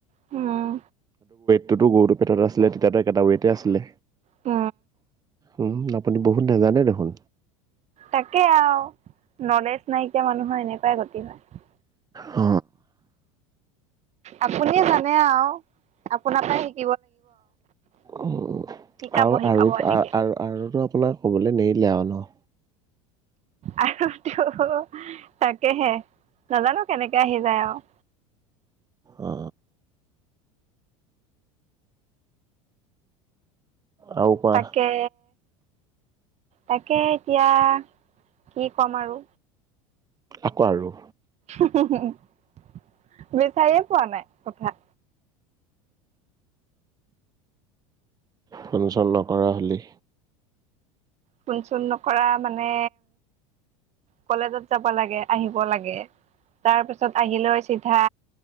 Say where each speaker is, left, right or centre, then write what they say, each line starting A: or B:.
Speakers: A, on the right (about 40°); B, on the right (about 20°).
A: হম।
B: সতো গৰুটো পেটত আছিলে তেতিয়াতো এটা আছিলে।
A: ত।
B: উ আপুনি বহুত নাজানে দেখোন।
A: তাকে আৰু নলেজ নাইকিয় মানুহৰ এনেকুৱাই গতি হয়।
B: অ।
A: আপুনিয়ে জানে আৰু আপোনাৰ, পৰা শ।
B: উ
A: শিকাব
B: আৰু
A: শিকাব
B: আৰু
A: এনেকে।
B: আৰুো আপোনাৰ ক'বলৈ নে। ন।
A: আৰুটো তাকেহে নাজানো কেনেকে আহি যায় আও
B: অ আৰু কোৱা
A: তাকে তাকে এতিয়া কি কম আৰু
B: আকৌ আৰু
A: বিচাৰিয়ে পোৱা নাই কথা
B: ফন চন নকৰা হলি।
A: ফুণ চণ নকৰা মানে কলেজত যাব লাগে। আহিব লাগে তাৰ পিছত আহিলৈ চিধা